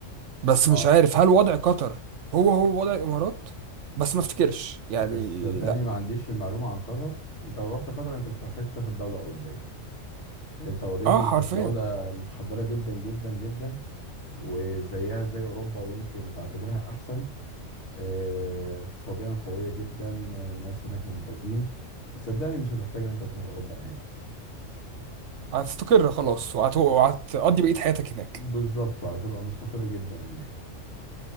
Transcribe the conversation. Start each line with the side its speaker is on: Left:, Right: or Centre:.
Right: بس مش
Left: اه
Right: عارف هل وضع قطر هو هو وضع الامارات بس ما افتكرش يعني
Left: آه، صدقني
Right: لا
Left: ما عنديش المعلومة عن قطر انت لو رحت قطر انت مش محتاج تسافر دولة أوروبية انت اوريدي
Right: اه
Left: انت
Right: حرفيا
Left: في دولة متحضرة جدا جدا جدا وزيها زي اوروبا ويمكن بعتبرها احسن آه، اقتصاديا قويه جدا الناس هناك ممتازين صدقني مش هتحتاج ان انت تروح اوروبا نهائي
Right: هتستقر خلاص وهت- وهتقضي بقيه حياتك هناك
Left: بالظبط هتبقى مستقر جدا هناك